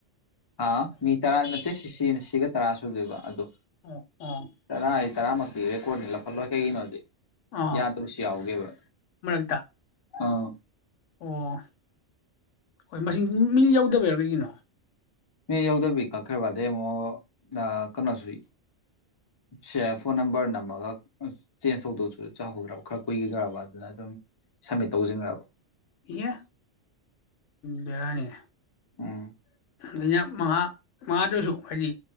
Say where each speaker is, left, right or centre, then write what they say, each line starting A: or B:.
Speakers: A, on the left; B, on the left.
A: ꯑꯥ ꯃꯤ ꯇꯔꯥ ꯅꯠꯇꯦ ꯁꯤ ꯁꯤꯒ ꯇꯔꯥ ꯁꯨꯗꯣꯏꯕ ꯑꯗꯣ
B: ꯑꯣ ꯑꯣ
A: ꯇꯔꯥ ꯍꯥꯏ꯫ ꯇꯔꯝꯛꯇꯤ ꯔꯦꯀꯣꯠꯇꯤ ꯂꯧꯍꯜꯂꫭꯗꯤ ꯀꯩꯒꯤꯅꫭꯗꯤ꯫
B: ꯑꯥ
A: ꯌꯥꯗꯕꯁꯨ ꯌꯥꯎꯒꯤꯑꯦꯕ
B: ꯃꯔꯛꯇ
A: ꯑꯥ꯫
B: ꯑꯣ ꯍꯣꯏ ꯃꯁꯤꯡ ꯃꯤ ꯌꯧꯗꯕꯩꯔꫭ ꯀꯩꯒꯤꯅꯣ꯫
A: ꯅ‌ꯦ ꯌꯥꯎꯗꯕꯤ ꯀꯛꯈ꯭ꯔꯕ ꯑꯗꯩ ꯑꯃꯨꯛ ꯀꯩꯅꯣꯁꯨ ꯁꯦ ꯐꯣꯟ ꯅꯝꯕꯔ ꯅꯝꯃꯒ ꯆꯦꯟꯖ ꯇꯧꯗꯁꯨ ꯆꯍꯧꯗ꯭ꯔꯕ ꯈꯔ ꯀꯨꯏꯈꯤꯗ꯭ꯔꯕ ꯑꯗꯨꯅ ꯑꯗꯨꯝ ꯁꯝꯃꯤꯠ ꯇꯧꯁꯤꯟꯈ꯭ꯔꯕ꯫
B: ꯌꯦ ꯕꯦꯔꯥꯅꯤ꯫
A: ꯎꯝ
B: ꯑꯩꯅ ꯃꯉꯥ, ꯃꯉꯥꯗꯨꯁꯨ ꯍꯥꯏꯗꯤ